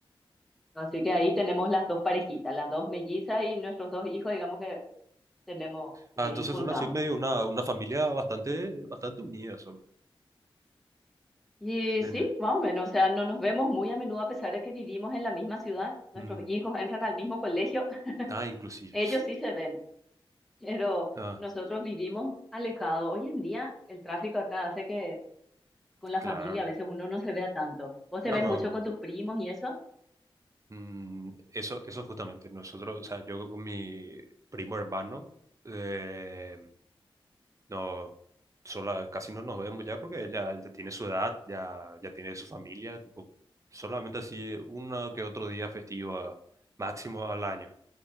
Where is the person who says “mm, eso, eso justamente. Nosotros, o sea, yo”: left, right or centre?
Right